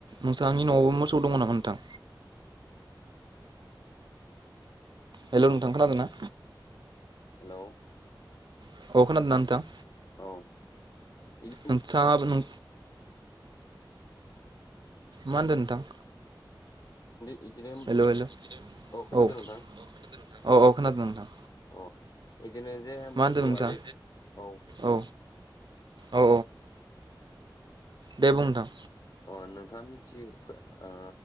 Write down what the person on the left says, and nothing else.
हेल'।
औ बिदि
बिदिनो
खोनादों
नोंथां
अ बिदिनो जे
मोसौआ
जे औ हेलौ।
अ नोंथाङा मिथियो ओ